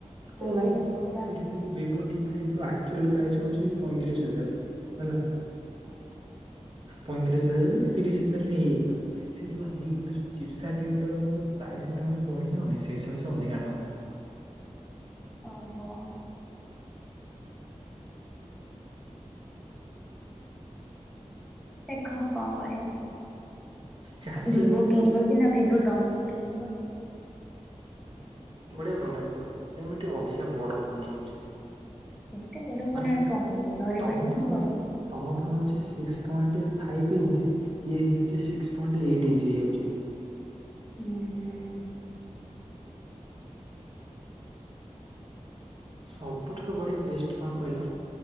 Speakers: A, in the centre; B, on the right.
A: ରାତିରେ
B: ଏ ନାଇଁ
A: ଶୋଇଲା
B: ଚୁଲି ଭିବୋ ଟି ଫାଇପ୍ ର ଆକ୍ଚୁଆଲୀ ପ୍ରାଇସ୍ ହଉଛି ପଇଁତିରିଶ ହଜାର ହେଲା।
A: ଓହୋ।
B: ପଇଁତିରିଶ ହଜାର କି ତିରିଶ ହଜାରରେ ହେଇ ଯାଇଥାନ୍ତା। ସେ ଯୋଉ ଆଜି ଏବେ ଯୋଉ ଚିପ୍ସାଟି ଗୁଡା ଯୋଉ ପ୍ରାଇସ୍ ଗୁଡା ଯୋଉ ବଢିଯାଉନି ସେଇ ସକାସେ ସେ ଅଧିକା ନବ
A: ଓହୋ। ଦେଖ କଣ କରିବ
B: ଚାଳିଶ
A: ଭିବୋ
B: ହଜାର ପଡୁଛି
A: କିଣିବ
B: ଆଉ
A: କି ନା ଭିବୋ ତମକୁ କିଣିବ
B: ବଢିଆ ଫୋନ ଟା କିନ୍ତୁ ଏମିତି ଅଧିକା ବଡ ଫୋନ ହେଇଯାଉଛି।
A: ଏତେ ବଡ଼
B: ମାନେ
A: ଫୋନ ଆଣି କଣ କରିବ ଧରିପାରିବ
B: ତମ ଫୋନ
A: ନା ବଡ଼
B: ତମ ଫୋନ ହୋଉଛି ସିକ୍ସ ପଏଣ୍ଟ ଫାଇଭ୍ ଇଞ୍ଚ ଇଏ ହେଇ ଯାଉଛି ସିକ୍ସ ପଏଣ୍ଟ ଏଇଟ ଇଞ୍ଚ ହେଇଯାଉଛି।
A: ହୁଁ ହୁଁ।
B: ସବୁଠାରୁ ବଢିଆ ବେଷ୍ଟ କଣ କହିଲ?